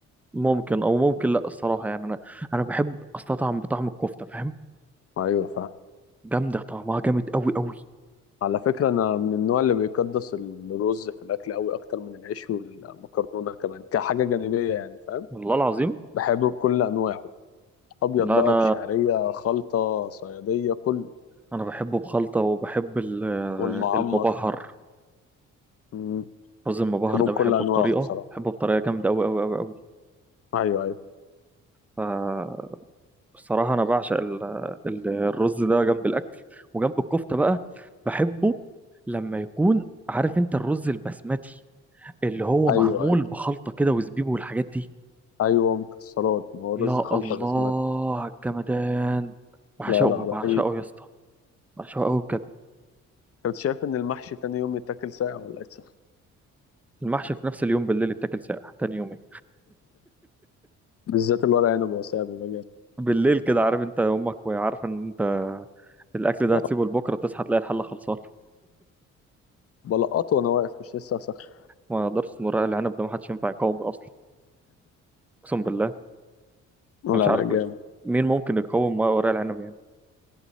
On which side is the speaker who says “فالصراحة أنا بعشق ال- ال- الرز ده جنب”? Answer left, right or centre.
Centre